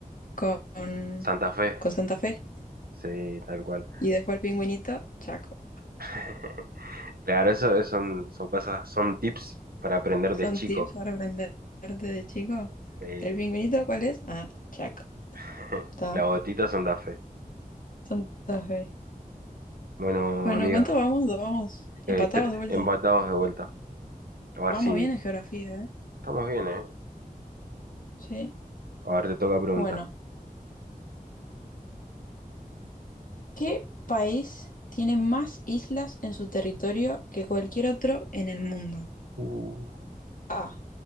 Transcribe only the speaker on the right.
Santa Fe.
Sí, tal cual.
<laughs> Claro, eso es- son, son cosas, son tips para aprender
de chico.
Sí.
<laughs>
La botita Santa Fe.
Bueno,
amiga,
eh,
tre-
empatados de vuelta. A ver
si
estamos bien, ¿eh?
A ver, te toca preguntar.
Uh.